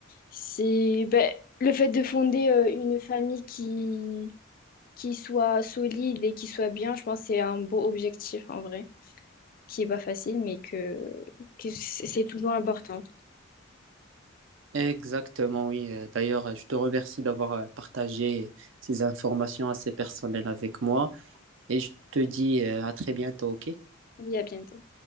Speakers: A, on the left; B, on the right.
A: c'est ben, le fait de fonder euh, une famille qui, qui soit solide et qui soit bien, je pense que c'est un beau objectif en vrai, qui est pas facile, mais que, que c'est c'est toujours important.
B: Exactement, oui. Euh, D'ailleurs, euh, je te remercie d'avoir euh, partagé ces informations assez personnelles avec moi et je te dis euh, à très bientôt, OK?
A: Oui, à bientôt.